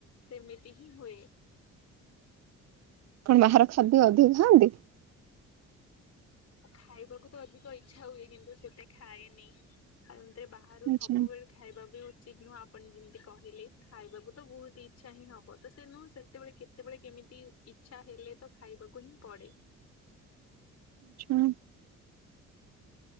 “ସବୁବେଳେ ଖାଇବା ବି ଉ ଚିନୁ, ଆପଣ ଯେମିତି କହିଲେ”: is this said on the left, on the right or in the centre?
Left